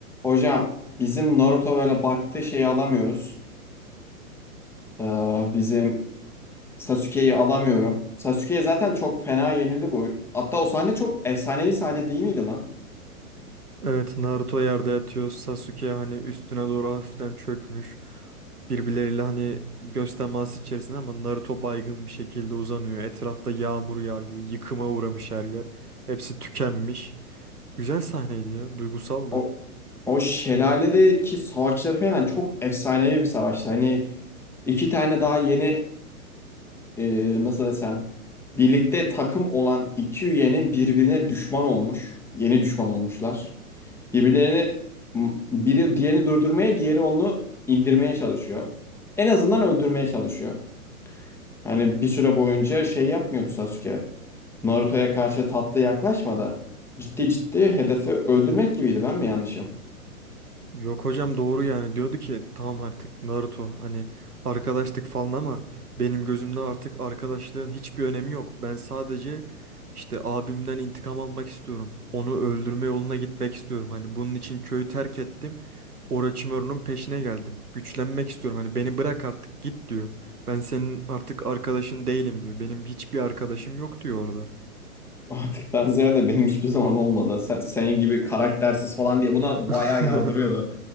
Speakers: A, in the centre; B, on the right.
A: Hocam bizim Naruto böyle baktığı şeyi alamıyoruz. Ee, bizim Sasuke'yi alamıyorum. Sasuke'ye zaten çok fena yenildi bu. Hatta o sahne çok efsanevi sahne değil miydi lan?
B: Evet Naruto yerde yatıyor. Sasuke hani üstüne doğru hafiften çökmüş. Birbirleriyle hani göz teması içerisinde ama Naruto baygın bir şekilde uzanıyor. Etrafta yağmur yağıyor. Yıkıma uğramış her yer. Hepsi tükenmiş. Güzel sahneydi ya. Duygusaldı.
A: O o şelaledeki savaşları falan çok efsanevi bir savaştı. Hani iki tane daha yeni e, nasıl desem birlikte takım olan iki üyenin birbirine düşman olmuş. Yeni düşman olmuşlar. Birbirlerini biri diğerini durdurmaya, diğeri onu indirmeye çalışıyor. En azından öldürmeye çalışıyor. Hani bir süre boyunca şey yapmıyordu Sasuke. Naruto'ya karşı tatlı yaklaşmadı. Ciddi ciddi hedefi öldürmek gibiydi. Ben mi yanlışım?
B: Yok hocam doğru yani diyordu ki tamam artık Naruto hani arkadaştık falan ama benim gözümde artık arkadaşlığın hiçbir önemi yok. Ben sadece işte abimden intikam almak istiyorum. Onu öldürme yoluna gitmek istiyorum. Hani bunun için köyü terk ettim. Orochimaru'nun peşine geldim. Güçlenmek istiyorum. Hani beni bırak artık git diyor. Ben senin artık arkadaşın değilim diyor. Benim hiçbir arkadaşım yok diyor orada.
A: <laughs> Artıktan ziyade benim hiçbir zaman olmadı. Sen, senin gibi karaktersiz falan diye buna
B: <laughs>
A: bayağı yardırıyordu.